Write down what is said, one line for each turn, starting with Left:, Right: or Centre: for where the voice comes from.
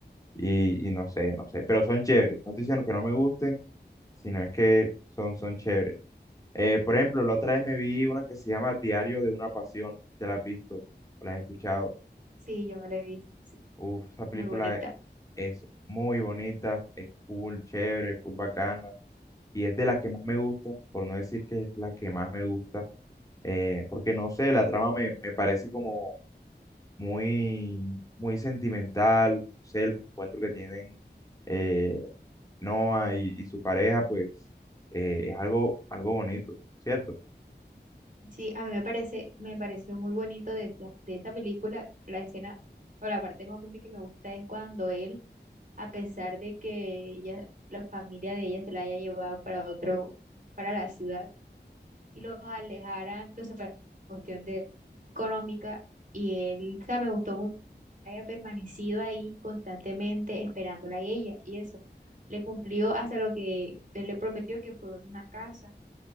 Left: y, y no sé, no sé, pero son chéveres. No estoy diciendo que no me gusten, sino es que son, son chéveres. Eh, por ejemplo, la otra vez me vi una que se llama Diario de una Pasión. ¿Te la has visto? ¿O ¿La has escuchado?
Right: sí, yo me la he visto. sí,
Left: Uf, esa película
Right: Muy bonita.
Left: e- es muy bonita, es full chévere, full bacana. Y es de las que más me gusta, por no decir que es la que más me gusta. eh, porque no sé, la trama me, me parece como muy, muy sentimental. No sé, el reencuentro que tienen eh, Noah y, y su pareja, pues eh, es algo, algo bonito, ¿cierto?
Right: Sí, a mí me parece, me pareció muy bonito de, la- de esa película, la escena o la parte más bonita que me gusta es cuando él, a pesar de que ella, la familia de ella se la haya llevado para otro, para la ciudad y los alejaran, los separaran por cuestión de económica y él, o sea, me gustó mucho que haya permanecido ahí constantemente esperándola a ella y eso, le cumplió hasta lo que él le prometió que fue una casa